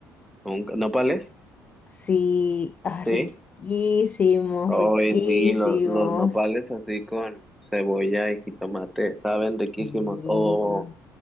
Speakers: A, in the centre; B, on the left.
A: ¿Con nopales?
B: Sí, ah,
A: Sí.
B: riquísimos,
A: Hoy
B: riquísimos.
A: vi lo- los nopales así con cebolla y jitomate, saben riquísimos.
B: Sí,
A: O,